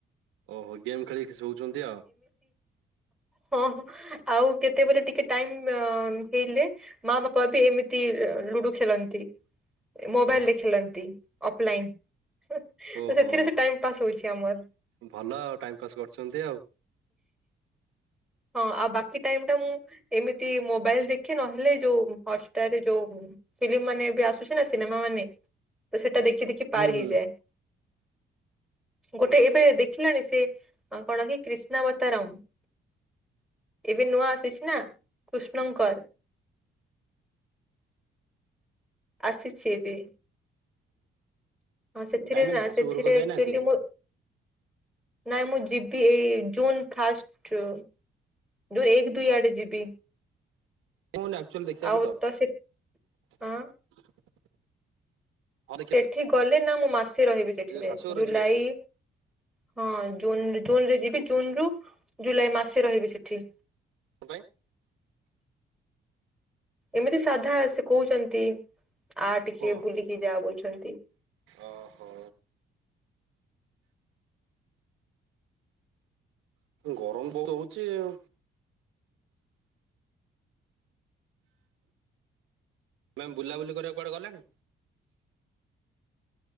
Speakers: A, on the right; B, in the centre.
A: ଓହୋ ଗେମ୍ ଖେଳିକି ଶୋଉଛନ୍ତି ଆଉ।
B: ହଁ ଆଉ କେତେବେଳେ ଟିକେ ଟାଇମ ହେଇଲେ। ମା ବାପା ବି ଏମିତି ଲୁଡ଼ୁ ଖେଳନ୍ତି। ମୋବାଇଲ
A: ଓ
B: ଦେଖଥିଅ ଫଲାଇନ
A: ଓହୋ
B: ତ ସେଥିରେ ସେ ଟାଇମ ପାସ୍ ହୋଉଛି ଆମର <inaudible>
A: ଭଲ ଆଉ ଟାଇମ ପାସ୍ କରୁଛନ୍ତି ଆଉ।
B: ହଁ। ବାକ ଟାଇ ଟା ମୁଁ ଏମିତି ମୋବାଇଲ ଦେଖି ନହେଲେ ଯଉ ହଟରେ ଯୋଉ ଫିଲ୍ମ ମାନେ ବି ଆସୁଛି ନା ସିନେମା ମାନେ ତ ସେଟା ଦେଖ ଦେଖି
A: ହୁଁ
B: ପାର ହେଇଯାଏ।
A: ହୁଁ।
B: ଗୋଟେ ଏବେ ଦେଖିଲାଣି ସେ କଣ କି କ୍ରିଷ୍ଣାବତାରାମ <inaudible> ଏବେ ନୂଆ ଆସିଛି ନା କୃଷ୍ଣଙ୍କର। <inaudible> ଆସିଛି ଏବେ। ହଁ ସେଥିରେ
A: ଯାଇନାହାନ୍ତି
B: ନା
A: ଶାଶୁ
B: ସେଥିରେ
A: ଘରୁକୁ ଯାଇନାହାନ୍ତି।
B: ଆକ୍ଚୁଆଲି ମୁଁ ନାଇଁ ମୁଁ ଯିବି ଏଇ ଜୁନ୍ ଫାଷ୍ଟ ଜୁନ୍ ଏକ ଦୁଇ ଆଡ଼େ ଯିବି।
A: କୁହନ ଆଚୁଆଲି ଦେଖିବାକୁ
B: ଆଉ
A: ତ।
B: ତ ସେ ହଁ
A: <inaudible> ହଁ ଦେଖିଆ
B: ସେଠି
A: ସେ
B: ଗଲେ ନା ମୁଁ ମାସେ ରହିବି ସେଠିରେ
A: ଯୋଉ ଶାଶୁଘର
B: ଜୁଲାଇ
A: ଯିବେ।
B: <inaudible> ହଁ। ଜୁନ ଜୁନରେ ଯିବି ଜୁନ ରୁ ଜୁଲାଇ ମାସ ରହିବି ସେଠି।
A: ହ ଭାଇ।
B: ଏମିତି ସାଧା ସେ କହୁଛନ୍ତି। ଆ ଟିକେ
A: ହଁ।
B: ବୁଲିକି ଯାହା ବୋଲୁଛନ୍ତି।
A: ଓହୋ ଗରମ ଯୋରେ ହଉଚି ଆଉ। ମ୍ୟାମ୍ ବୁଲାବୁଲି କରିବାକୁ କୁଆଡେ ଗଲେଣି।